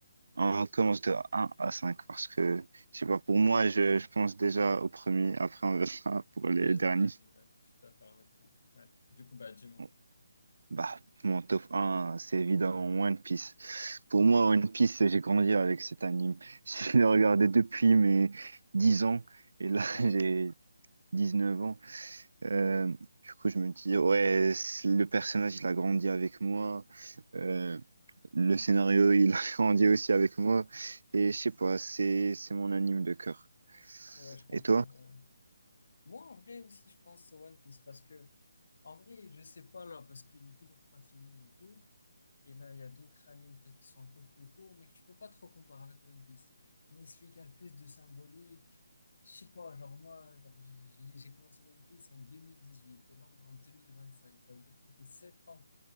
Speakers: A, on the right; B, on the left.
A: On commence de un à 5 parce que,
B: Ok.
A: je sais pas, pour moi, je, je pense déjà au premier, après on verra pour les
B: Vas-y,
A: derniers.
B: vas-y, ouais, je suis d'accord avec toi. Ouais. Du coup, bah, dis-moi.
A: Bon, Bah, mon top un c'est évidemment One Piece. Pour moi, One Piece, j'ai grandi avec cet anime. <laughs> Je l'ai regardé depuis mes 10 ans et là, <laughs>
B: Ah
A: j'ai
B: ouais,
A: dix neuf ans. Euh, du coup, je me dis, ouais, c'est- le personnage, il a grandi avec moi. Euh, le scénario, <laughs> il a grandi aussi avec moi. Et je sais pas, c'est c'est mon anime de cœur.
B: ouais, je comprends.
A: Et toi?
B: ouais. Moi, en vrai aussi, je pense que c'est One Piece parce que, en vrai, je sais pas là, parce qu'il est toujours pas fini et tout. Et là, il y a d'autres animes peut-être qui sont un peu plus courts, mais que tu peux pas trop comparer avec One Piece. Mais celui qui a le plus de symbolique, je sais pas, genre moi, genre, je- je l'ai- j'ai commencé One Piece en 2018 et là, on est en 2025. Ça veut dire que ça fait 7 ans.